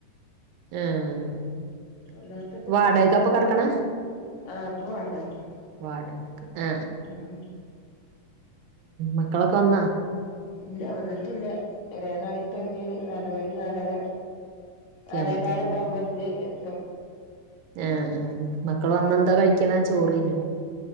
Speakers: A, on the right (about 80°); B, on the left (about 75°).
A: ആവാടകക്ക
B: അല്ലാത്തൊക്കെ കഴിഞ്ഞു
A: അപ്പൊ കിടക്കണ
B: ആഹ് ഇപ്പൊ വാടകക്കാ
A: വാടകക്ക് ആ
B: ആഹ്
A: അമക്കളൊക്കെ വന്നാ
B: ഇല്ല വന്നിട്ടില്ല വരനായി തൊടങ്ങിലെ നാല മണി നാലര
A: ഒക്കെ
B: നാലേകാൽ
A: ആവുമ്പത്തേക്ക്
B: ഒക്കെആവുമ്പോൾ ക്കിന്ന് എത്തും
A: ആഹ ആ മക്കൾ വന്നെന്താ കഴിക്കുന്നാ ചോറിഞ്ഞോ